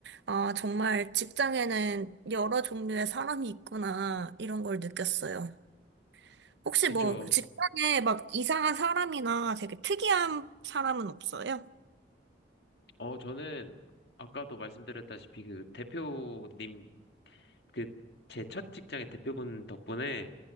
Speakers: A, on the right; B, on the left.
A: 아, 정말 직장에는 여러 종류의 사람이 있구나, 이런 걸 느꼈어요. 혹시
B: 그쵸.
A: 뭐 직장에
B: 지-
A: 막 이상한 사람이나 되게 특이한 사람은 없어요?
B: 어, 저는 아까도 말씀드렸다시피 그 대표님, 그 제 첫 직장의 대표분 덕분에